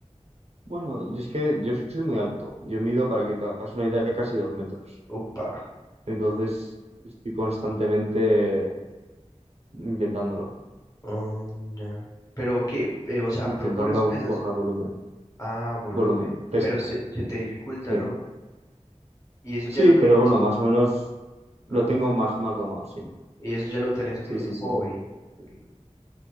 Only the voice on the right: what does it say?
Bueno, y es que yo soy muy alto. Yo mido, para que te hagas una idea, casi dos metros.
Entonces estoy constantemente intentándolo,
intentando
coger volumen.
Volumen, pesas.
Sí,
sí,
pero
bueno, más o menos lo
tengo más, más domado, sí.
Sí,
sí, sí.